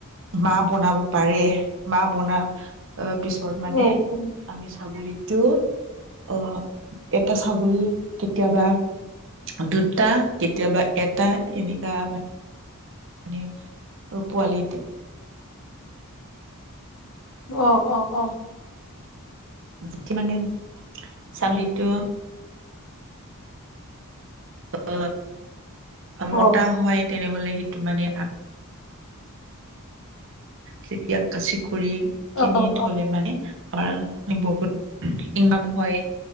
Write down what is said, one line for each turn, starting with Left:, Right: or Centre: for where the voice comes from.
Right: মা বনাব পাৰে মা বনা। অ, ' পিছত মানে।
Left: অ', অ',
Right: আমি ছাগলীটো অ, এটা ছাগলী। কেতিয়াবা দুটা কেতিয়াবা এটা এনেকা মানে। মে পোৱালিট <inaudible>
Left: অ, ' অ, অ।
Right: যিটো মানে ছাগলী এইটো। অ।
Left: অ', অ',
Right: মতা হয় তেনেহলে সেইটো মানে। তেতিয়া খাচি কৰি খিনি
Left: অ', অ',
Right: থলে মানে আমাৰ বহুত ইনকাম হয়।